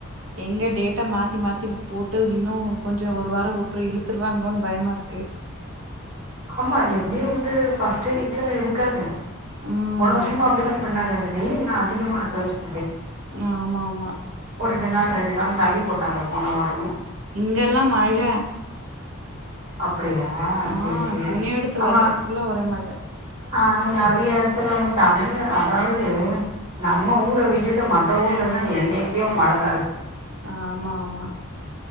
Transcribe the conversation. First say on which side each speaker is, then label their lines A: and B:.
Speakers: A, on the right; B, on the right.
A: எங்க டேட்ட மாத்தி மாத்தி போட்டு இன்னு கொஞ்ச ஒரு வார வுட்டு இழுத்துருவாங்களோன்னு பயமா இருக்கு
B: ஆமா எப்டியு வந்து ஃபர்ஸ்ட்டு வீட்ல இருக்காது
A: ம்
B: போன வருஷமு அப்டிதா பண்ணாங்க அங்க வெயில்லாம் அதிகமா இருக்கு
A: ஆமா ஆமா
B: ஒரு ரெண்டு நாள் ரெண்டு நாள் தள்ளி போட்டாங்க போன வாரமு
A: இங்கல்லா மழ
B: அ அப்டியா
A: ஆ
B: செரி செரி
A: துணி எடுத்து
B: ஆமா
A: வர்றதுக்குள்ள ஒரே மழ
B: ஆஹ் நெறைய <unintelligible> த்துல வந் தமிழ் அதாவது நம்ம ஊர விட்டுட்டு மத்த ஊர்லல்லா எங்க எங்கேயோ மழ வருது
A: ஆமா ஆமா